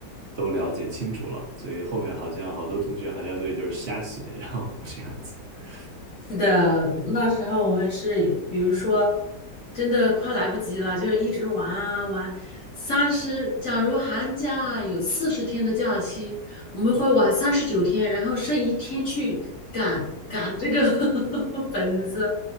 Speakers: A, on the right; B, on the left.
A: 都了解清楚了，所以后面好像好多同学寒假作业就是瞎写，然后这样子，<laughs>
B: 是的，那时候我们是，比如说，真的快来不及了，就是一直玩啊玩。三十，假如寒假有四十天的假期，我们会玩三十九天，然后剩一天去赶赶这个 <laughs> 本子。